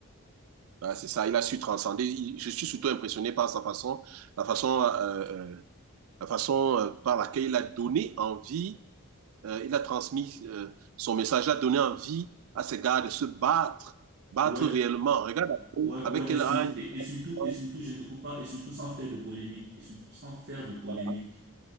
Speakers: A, on the right (about 70°); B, on the right (about 50°).
A: Ah, c'est ça, il a su transcender. Il- je suis surtout impressionné par sa façon, la façon, euh, euh, la façon euh, par laquelle il a donné envie, euh, il a transmis euh, son message, il a donné envie à ses gars de se battre, battre
B: Ouais,
A: réellement. Regarde
B: ouais, ouais.
A: avec quel
B: Et, sur-
A: âge
B: et,
A: les gars
B: et surtout,
A: se
B: et
A: battent,
B: surtout, je ne te coupe pas. Et surtout sans faire de polémique. Et surtout sans faire de polémique.
A: Voilà,